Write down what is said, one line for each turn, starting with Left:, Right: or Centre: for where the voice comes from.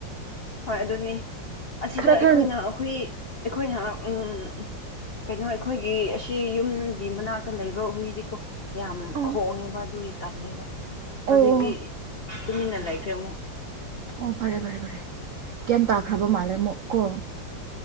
Left: ꯍꯣꯏ ꯑꯗꯨꯅꯤ ꯑꯁꯤꯗ
Right: ꯈꯔ
Left: ꯑꯩꯈꯣꯏꯅ
Right: ꯈꯔ
Left: ꯑꯩꯈꯣꯏ ꯑꯩꯈꯣꯏꯅ ꯎꯝ ꯀꯩꯅꯣ ꯑꯩꯈꯣꯏꯒꯤ ꯑꯁꯤ ꯌꯨꯝꯒꯤ ꯃꯅꯥꯛꯇ ꯂꯩꯕ ꯍꯨꯏꯗꯤꯀꯣ ꯌꯥꯝ
Right: ꯑꯪ
Left: ꯈꯣꯡꯉꯦꯕ ꯑꯗꯨꯒꯤ ꯇꯜꯂꯦꯕ ꯍꯧꯖꯤꯛꯇꯤ
Right: ꯑꯣ ꯑꯣ
Left: ꯇꯨꯃꯤꯟꯅ ꯂꯩꯈ꯭ꯔꯦ ꯑꯃꯨꯛ
Right: ꯑꯣ ꯐꯔꯦ ꯐꯔꯦ ꯐꯔꯦ ꯀꯌꯥꯝ ꯇꯥꯈ꯭ꯔꯕ ꯃꯥꯜꯂꯦ ꯑꯃꯨꯛ ꯀꯣ